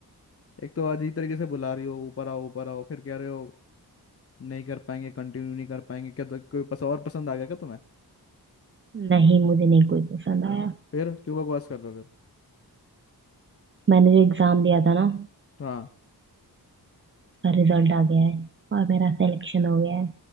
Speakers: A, on the left; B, on the right.
A: एक तो अजीब तरीके से बुला रही हो ऊपर आओ ऊपर आओ फिर कह रहे हो नहीं कर पाएंगे कंटिन्यू नहीं कर पाएंगे क्या तो कोई पस और पसंद आ गया क्या तुम्हें
B: नहीं मुझे नहीं कोई पसंद आया
A: फिर क्यों बकवास कर रहे हो फिर
B: मैंने जो एग्जाम दिया था ना उसका
A: हाँ
B: रिजल्ट आ गया है और मेरा सिलेक्शन हो गया है